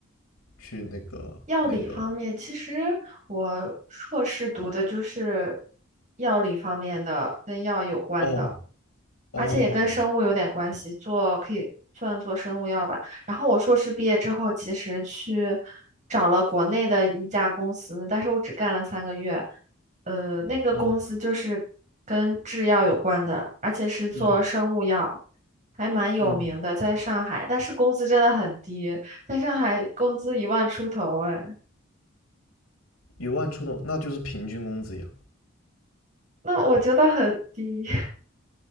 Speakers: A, on the left; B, on the right.
A: 去那个那个？
B: 药理方面，其实我硕士读的就是药理方面的，跟药有关的。
A: 哦哦，
B: 而且也跟生物有点关系，做可以算做生物药吧。然后我硕士毕业之后，其实去找了国内的一家公司，但是我只干了三个月。呃，那个公司就是跟制药有关的，
A: 嗯
B: 而且是做生物药，
A: 嗯
B: 还蛮有名的，
A: 嗯，
B: 在上海。但是工资真的很低，在上海工资一万出头，哎，
A: 一万出头，那就是平均工资呀。
B: 那我觉得很低。